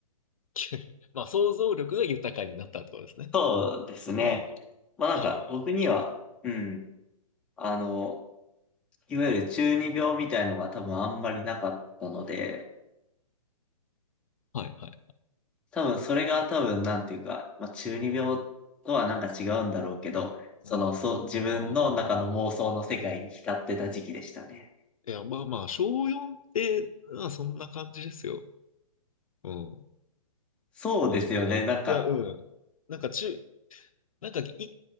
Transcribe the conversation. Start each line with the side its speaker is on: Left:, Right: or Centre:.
Left: <laughs> まあ、想像力が豊かになったってことですね。
Centre: そうですね。
Left: はいはい。
Centre: まあなんか、
Left: 多分、
Centre: 僕には、
Left: きっと。
Centre: うん。あの、いわゆる中二病みたいのが多分あんまりなかったので、
Left: はいはい。
Centre: 多分それが多分なんていうか、まあ中二病とはなんか違うんだろうけど、その、
Left: うん。
Centre: そう、自分の中の妄想の世界に浸ってた時期でしたね。
Left: ああ。いや、まあまあ、小4って、まあ、そんな感じですよ。うん。
Centre: そうですよね、
Left: まあ、なんか、いや、
Centre: なんか、
Left: うん。なんか中、なんかい、